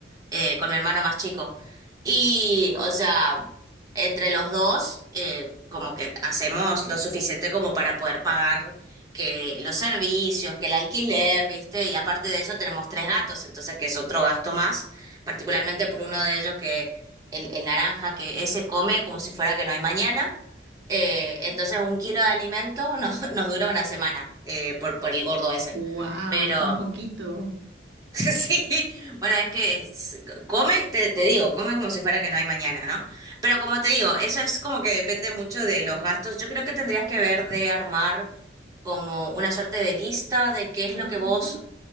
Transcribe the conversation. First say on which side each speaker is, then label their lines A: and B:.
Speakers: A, on the right (about 20°); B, on the right (about 70°).
A: eh, con mi hermano más chico. Y, o sea, entre los dos, eh, como que hacemos lo suficiente como para poder pagar que los servicios, que el alquiler, ¿viste? Y aparte de eso tenemos tres gatos, entonces que es otro gasto más, particularmente por uno de ellos que el, el naranja, que ese come como si fuera que no hay mañana. Eh, entonces un kilo de alimento nos, <laughs> nos dura una semana eh, por, por el gordo ese.
B: Wow,
A: Pero...
B: tan poquito.
A: <laughs> Sí, bueno, es que es- come, te, te digo, come como si fuera que no hay mañana, ¿no? Pero como te digo, eso es como que depende mucho de los gastos. Yo creo que tendrías que ver de armar como una suerte de lista de qué es
B: Ujú,
A: lo que vos
B: ujú.